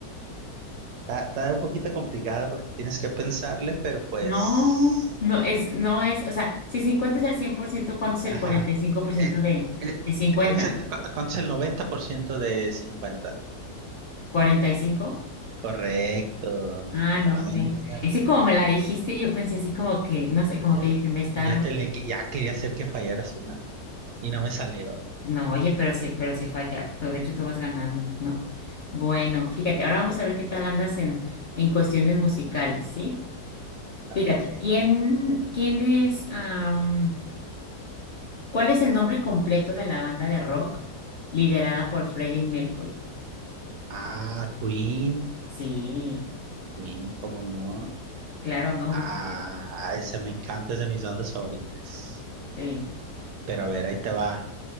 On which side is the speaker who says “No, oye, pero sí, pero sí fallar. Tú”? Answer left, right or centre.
Left